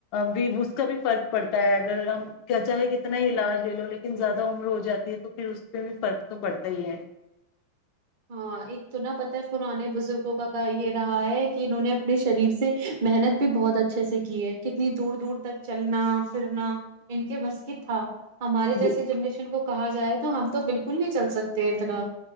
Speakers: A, on the left (about 40°); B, on the right (about 50°).
A: بھی اس کا بھی فرق پڑتا ہے اگر ہم کیا چاہے کتنا ہی علاج لے لو لیکن زیادہ عمر ہو جاتی ہے تو پھر اس پہ بھی فرق تو پڑتا ہی ہے
B: ہاں ایک تو نہ پتا ہے پرانے بزرگوں کا یہ رہا ہے کہ انہوں نے اپنے شریر سے محنت بھی بہت اچھے سے کی ہے کتنی دور دور تک چلنا پھرنا ان کے بس کی تھا ہمارے جیسی
A: جی
B: جنریشن کو کہا جائے تو ہم تو بالکل نہیں چل سکتے اتنا